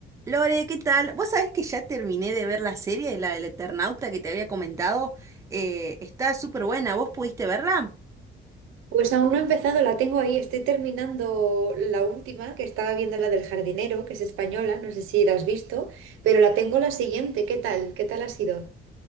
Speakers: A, on the right (about 15°); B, on the right (about 85°).
A: Lore, ¿qué tal? Vos sabés que ya terminé de ver la serie, la del Eternauta que te había comentado. Eh, está súper buena, ¿vos pudiste verla?
B: Pues aún no he empezado, la tengo ahí. Estoy terminando la última, que estaba viendo la del jardinero, que es española, no sé si la has visto, pero la tengo la siguiente. ¿Qué tal? ¿Qué tal ha sido?